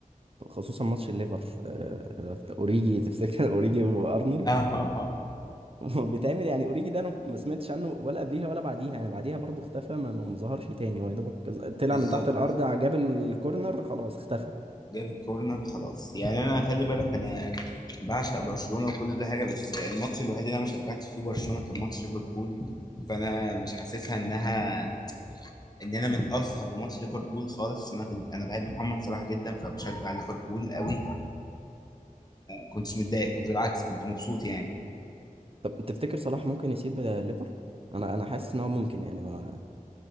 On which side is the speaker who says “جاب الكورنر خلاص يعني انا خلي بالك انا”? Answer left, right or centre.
Left